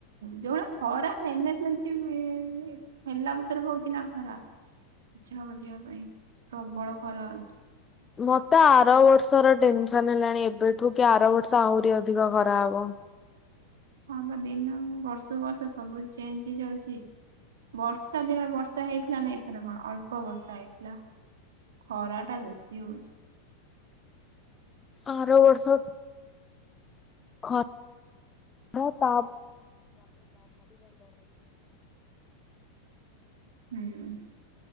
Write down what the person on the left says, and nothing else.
ମୋତେ ଆର ବର୍ଷର ଟେନସନ୍ ହେଲାଣି ଏବେଠୁ କି ଆର ବର୍ଷ ଆହୁରି ଅଧିକ ଖରାହବ।
ଆର ବର୍ଷ ଖ <unintelligible> ମୋତେ